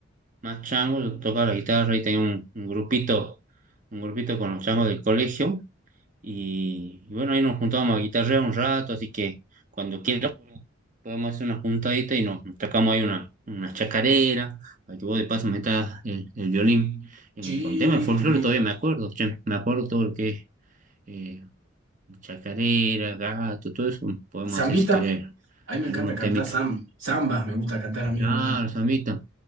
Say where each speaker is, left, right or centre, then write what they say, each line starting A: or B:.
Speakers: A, on the right (about 40°); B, on the right (about 80°).
A: más chango, yo tocaba la guitarra y tenía un, un grupito, un grupito con los changos del colegio. Y, y bueno, ahí nos juntábamos a guitarrear un rato, así que cuando quieras podemos hacer una juntadita y nos, nos tocamos ahí una, una chacarera, para que vos de paso metas el, el violín en-
B: Sí,
A: con tema de folclore,
B: sí, sí.
A: todavía me acuerdo, che, me acuerdo todo lo que es eh, chacarera, gato, todo eso, podemos
B: Zambita.
A: hacer si querés
B: A mí me
A: algunos
B: encanta cantar
A: temitas.
B: zam- zambas, me gusta cantar a mí,
A: Claro,
B: boludo.
A: Samita.